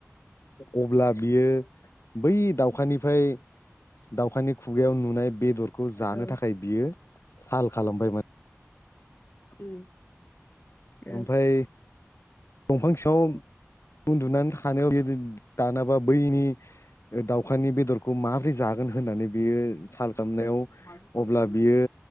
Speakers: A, on the left; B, on the left.
A: अब्ला बियो बै दाउखानिफ्राय दाउखानि खुगायाव नुनाय बेदरखौ
B: औ
A: जानो थाखाय बियो साल खालामबायमोन।
B: उम ओं
A: ओमफाय दंफां सिंङाव उन्दुनानै थानायाव जदि दानाबा बैनि दाउखानि बेदरखौ माबोरै जागोन होननानै बियो साल खालामनायाव अब्ला बियो